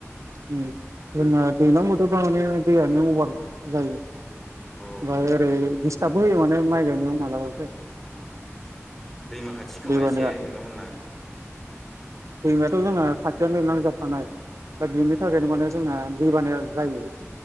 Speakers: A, on the right (about 85°); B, in the centre.
A: जोंना दैलां बोथोर जाबानो दैयानो अभार जायो। ओमफ्राय
B: अ
A: ओरै दिस्थाबबो होयो माने माइ गायनायाव मालाबा।
B: उम दैमा खाथि खोमा
A: दैबानाया
B: एसे नोंथांमोनना।
A: दैमायाथ' जोंना खाथियावनो नांजाबफानाय दा बेनि थाखायनो
B: अ
A: माने जोंना दै बानाया जायो।